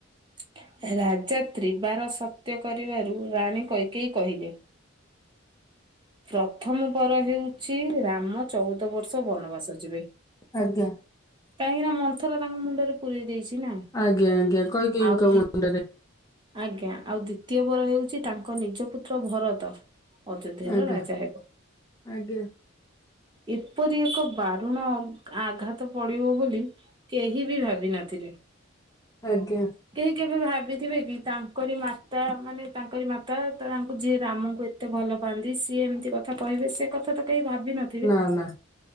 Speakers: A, on the right (about 20°); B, on the left (about 15°).
A: <inaudible> ରାଜା ତ୍ରିବାର ସତ୍ୟ କରିବାରୁ ରାଣୀ କୈକେୟୀ କହିଲେ ପ୍ରଥମ ବର ହେଉଛି ରାମ ଚଉଦ ବର୍ଷ ବନବାସ ଯିବେ।
B: ଆଜ୍ଞା
A: କାହିଁକି ନା ମନ୍ଥରା ତାଙ୍କ ମୁଣ୍ଡରେ ପୁରେଇ ଦେଇଛି ନା।
B: ଆଜ୍ଞା ଆଜ୍ଞା କୈକେୟୀ
A: ଆଉ
B: ଙ୍କ
A: ଦି
B: ମୁଣ୍ଡରେ।
A: ଆଜ୍ଞା ଆଉ ଦ୍ଵିତୀୟ ବର ହେଉଛି ତାଙ୍କ ନିଜ ପୁତ୍ର ଭରତ ଅଯୋଧ୍ୟାର
B: ଆଜ୍ଞା
A: ରାଜା ହେବ।
B: ଆଜ୍ଞା।
A: ଏପରି ଏକ ବାରୁଣ ଆଘାତ ପଡିବ ବୋଲି କେହି ବି ଭାବି ନଥିଲେ।
B: ଆଜ୍ଞା
A: କେହି କେବେ ଭାବିଥିବେ କି ତାଙ୍କରି ମାତା ମାନେ ତାଙ୍କରି ମାତା ତାଙ୍କୁ ଯିଏ ରାମଙ୍କୁ ଏ ତେ ଭଲ ପାଆନ୍ତି ସିଏ ଏମିତି କଥା କହିବେ ସେ କଥା ତ କେହି ଭାବିିନ
B: ନା ନା